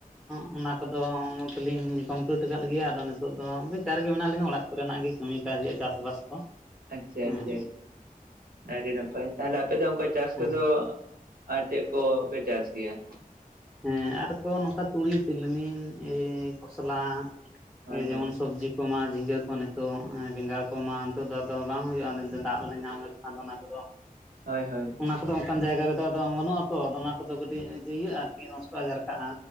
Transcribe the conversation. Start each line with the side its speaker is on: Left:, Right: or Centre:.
Centre: ᱦᱚᱸ ᱚᱱᱟ ᱠᱚᱫᱚ ᱢᱚᱛ ᱞᱤᱧ ᱠᱚᱢᱯᱤᱞᱤᱴ ᱟᱠᱟᱫ ᱜᱮᱭᱟ ᱟᱫᱚ ᱱᱤᱛᱚᱜ ᱫᱚ ᱵᱮᱠᱟᱨ ᱜᱮ ᱢᱮᱱᱟᱜ ᱞᱤᱧᱟ ᱚᱲᱟᱜ ᱠᱚᱨᱮᱱᱟᱜ ᱜᱮ ᱠᱟᱹᱢᱤ ᱠᱟᱜ ᱦᱩᱭᱩᱜᱼᱟ ᱪᱟᱥᱵᱟᱥ ᱠᱚ
Right: ᱟᱪᱪᱷᱟ
Centre: ᱦᱮᱸ
Right: ᱟᱪᱪᱷᱟ ᱟᱹᱰᱤ ᱱᱟᱯᱟᱭ ᱛᱟᱦᱞᱮ ᱟᱯᱮ ᱫᱚ ᱚᱱᱠᱟ ᱪᱟᱥ
Centre: ᱦᱮᱸ
Right: ᱠᱚᱫᱚ ᱟᱨ ᱪᱮᱫ ᱠᱚᱯᱮ ᱪᱟᱥ ᱜᱮᱭᱟ
Centre: ᱦᱮᱸ ᱟᱨᱠᱚ ᱱᱚᱝᱠᱟ ᱛᱩᱲᱤ ᱛᱤᱞᱢᱤᱧ ᱠᱚ ᱥᱟᱞᱟᱜ
Right: ᱦᱳᱭ
Centre: ᱡᱮᱢᱚᱱ
Right: ᱦᱳᱭ
Centre: ᱥᱚᱵᱽᱡᱤ ᱠᱚᱢᱟ ᱡᱷᱤᱸᱜᱟᱹ ᱠᱚ ᱱᱤᱛᱚᱜ ᱵᱮᱸᱜᱟᱲ ᱠᱚᱢᱟ ᱱᱤᱛᱚᱜ ᱫᱚ ᱟᱫᱚ ᱵᱟᱝ ᱦᱳᱭᱳᱜᱼᱟ ᱫᱟᱜᱽ ᱞᱮ ᱧᱟᱢ ᱞᱮᱠᱷᱟᱱ ᱫᱚ ᱚᱱᱟ ᱠᱚᱫᱚ
Right: ᱦᱳᱭ ᱦᱳᱭ
Centre: ᱚᱱᱟ ᱠᱚᱫᱚ ᱚᱱᱠᱟᱱ ᱡᱟᱭᱜᱟ ᱨᱮᱫᱚ ᱟᱫᱚ ᱵᱟᱹᱱᱩᱜ ᱟᱛᱚ ᱟᱫᱚ ᱚᱱᱟ ᱠᱚᱫᱚ ᱠᱟᱴᱤᱡ ᱤᱭᱟᱹ ᱟᱨᱠᱤ ᱱᱚᱥᱴᱚ ᱡᱟᱨᱠᱟᱜᱼᱟ